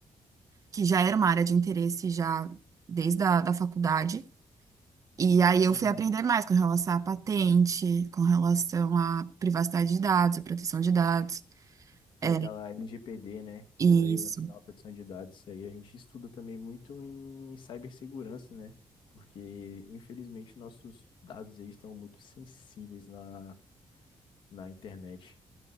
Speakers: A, on the right; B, on the left.
A: que já era uma área de interesse já desde a da faculdade. E aí eu
B: Uhum.
A: fui aprender mais com relação à patente, com relação à privacidade de dados, à proteção de dados.
B: Que
A: É,
B: é aquela LGPD, né?
A: isso.
B: Que é a Lei Nacional de Proteção de Dados, isso aí a gente estuda também muito em cibersegurança, né? Porque, infelizmente, nossos dados aí estão muito sensíveis na, na internet.